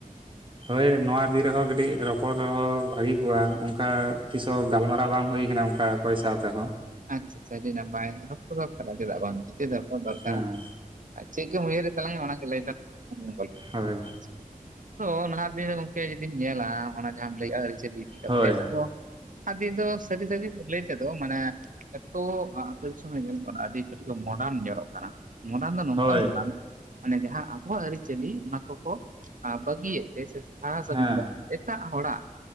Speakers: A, on the right; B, on the right.
A: ᱦᱳᱭ ᱱᱚᱣᱟ ᱤᱫᱤ ᱨᱮᱦᱚᱸ ᱠᱟᱹᱴᱤᱡ ᱨᱚᱯᱚᱲ ᱨᱮᱦᱚᱸ ᱵᱷᱟᱹᱜᱤ ᱠᱚᱜᱼᱟ ᱚᱱᱠᱟ ᱛᱤᱥ ᱦᱚᱸ ᱜᱟᱞᱢᱟᱨᱟᱣ ᱵᱟᱝ ᱦᱩᱭ ᱟᱠᱟᱱᱟ ᱚᱱᱠᱟᱼᱼ ᱚᱠᱚᱭ ᱥᱟᱶ ᱛᱮᱦᱚᱸ
B: ᱟᱪᱪᱷᱟ ᱟᱪᱷᱟ ᱟᱹᱰᱤ ᱱᱟᱯᱟᱭ ᱨᱚᱯᱚᱲ ᱫᱚᱨᱠᱟᱨᱟ ᱪᱮᱫᱟᱜ ᱵᱟᱝ <unintelligible> ᱫᱚᱨᱠᱟᱨᱟ᱾
A: ᱦᱮᱸ
B: ᱟᱨ ᱪᱮᱫ ᱠᱚᱢ ᱩᱭᱦᱟᱹᱨᱮᱫ ᱛᱟᱞᱟᱝᱟ ᱚᱱᱟᱜᱮ ᱞᱟᱹᱭ ᱛᱟᱞᱟᱝ ᱢᱮ <inaudible>
A: ᱦᱳᱭ
B: ᱟᱪᱪᱷᱟ, ᱟᱫᱚ ᱱᱟᱦᱟᱜ ᱫᱤᱱ ᱨᱮ ᱜᱚᱝᱠᱮ ᱡᱩᱫᱤᱢ ᱧᱮᱞᱟ ᱚᱱᱟ ᱡᱟᱦᱟᱸᱢ ᱞᱟᱹᱭᱮᱫᱼᱟ ᱟᱹᱨᱤᱪᱟᱹᱞᱤ ᱤᱫᱤ ᱠᱟᱛᱮᱫ
A: ᱦᱳᱭ
B: ᱟᱫᱚᱼᱼ ᱟᱫᱤ ᱫᱚ ᱥᱟᱹᱨᱤ ᱥᱟᱹᱨᱤ ᱞᱟᱹᱭ ᱛᱮᱫᱚ ᱢᱟᱱᱮᱼᱼ ᱮᱛᱚ ᱟᱹᱛᱳ ᱫᱤᱥᱚᱢ ᱨᱮ ᱧᱮᱞᱚᱜ ᱠᱟᱱᱟ ᱟᱹᱰᱤ ᱠᱟᱹᱴᱤᱡ ᱢᱚᱰᱟᱱ ᱧᱮᱞᱚᱜ ᱠᱟᱱᱟ᱾ ᱱᱚᱰᱟᱱ ᱫᱚ ᱱᱚᱝᱠᱟ
A: ᱦᱳᱭ
B: ᱢᱮᱱᱟᱜ ᱢᱟᱱᱮ ᱡᱟᱦᱟᱸ ᱟᱵᱚᱣᱟᱜ ᱟᱹᱨᱤᱪᱟᱹᱞᱤ ᱚᱱᱟ ᱠᱚᱠᱚ ᱵᱟᱹᱜᱤᱭᱮᱫᱼᱼ ᱵᱤᱥᱮᱥᱛᱟ
A: ᱦᱮᱸ
B: <unintelligible> ᱮᱴᱟᱜ ᱦᱚᱲᱟᱜ